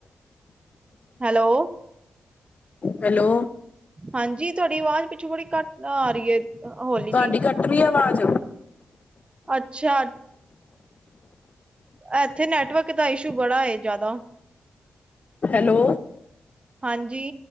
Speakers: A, on the right; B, on the left.
A: ਹੈਲੋ।
B: ਹੈਲੋ।
A: ਹਾਂਜੀ ਤੁਹਾਡੀ ਆਵਾਜ਼ ਪਿੱਛੋਂ ਬੜੀ ਘੱਟ ਆ ਰਹੀ ਏ। ਹੋਲੀ
B: ਤੁਹਾਡੀ
A: ਜੀ,
B: ਕੱਟ ਰਹੀ ਹੈ ਆਵਾਜ਼
A: ਅੱਛਾ। ਇੱਥੇ ਨੈਟਵਰਕ ਦਾ ਇਸ਼ੂ ਬੜਾ ਏ ਜਿਆਦਾ
B: ਹੈਲੋ!
A: ਹਾਂਜੀ।